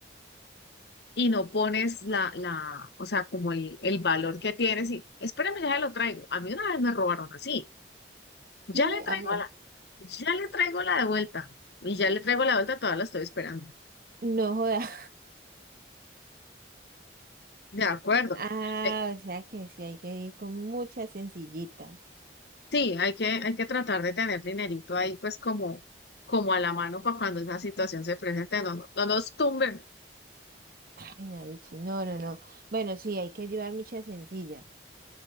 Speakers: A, on the left; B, on the right.
A: y no pones la, la, o sea, como el, el valor que tienes y espérame, ya lo traigo. A mí una vez me robaron así, ya
B: Sí,
A: le traigo
B: a ver.
A: la, ya le traigo la de vuelta y ya le traigo la vuelta, todavía la estoy esperando.
B: No joda. <laughs>
A: De acuerdo.
B: Ah,
A: Eh,
B: o sea que sí hay que ir con mucha sencillita.
A: sí, hay que, hay que tratar de tener dinerito ahí, pues como, como a la mano para cuando esa situación se presente, no, no, no nos tumben.
B: Ay, Marichi, no, no, no. Bueno, sí, hay que llevar mucha sencilla.